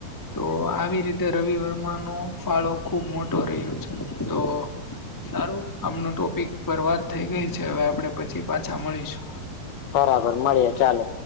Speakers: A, on the left (about 25°); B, on the left (about 75°).
A: તો આવી રીતે રવિ વર્મા. ન, ફાળો ખુબ મોટો રહ્યો છે, તો સારું, આમનું ટોપિક બરબાદ થઈ ગઈ છે. હવે આપડે પછી પાછા મળીશું.
B: બરાબર, મળીએ. ચાલો.